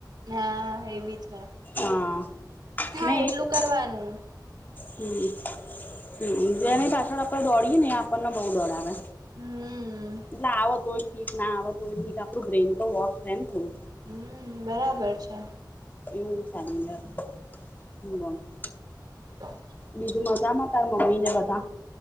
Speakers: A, on the right (about 65°); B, on the left (about 25°).
A: હા એ બી છે
B: હા
A: થાય
B: મેં
A: એટલું
B: એક
A: કરવાનું
B: હમ હમ જેની પાછળ આપડે દોડીએે ને આપણને બઉ દોડાવે
A: હમ
B: એટલે આવ તોય ઠીક ના આવ તોય ઠીક આપડું બ્રેન તો વોશ રહે ને થયું
A: હમ બરાબર છે
B: <unintelligible>
A: તો
B: બીજું મજામાં તાર મમ્મી ને બધા